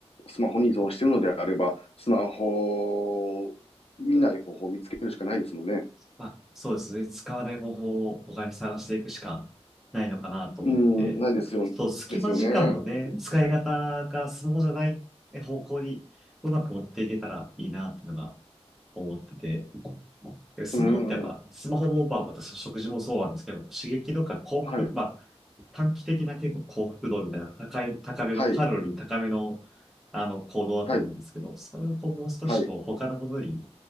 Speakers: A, on the left; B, in the centre.
A: スマホに依存してるのであれば、スマホを見ない方法を見つけるしかないですもんね。
B: まあ、そうですね。使わない方法を他に探していくしかないのかなと思って、
A: うん、ないですよ、
B: まあちょっと隙間時間のね、
A: ですよね。
B: 使い方がスマホじゃない方向にうまく持っていけたらいいなっていうのが思ってて、でスマホってやっぱ、
A: うん、は
B: スマホもまあ私の食事もそうなんですけど、刺激とか幸福、
A: い、
B: まあ、短期的な結構幸福度みたいな高い、高めの、
A: はい、
B: カロリー高めの、あの、行動だと思うんですけど、
A: はい、
B: それをこう、もう少しこう、
A: はい。
B: 他のことに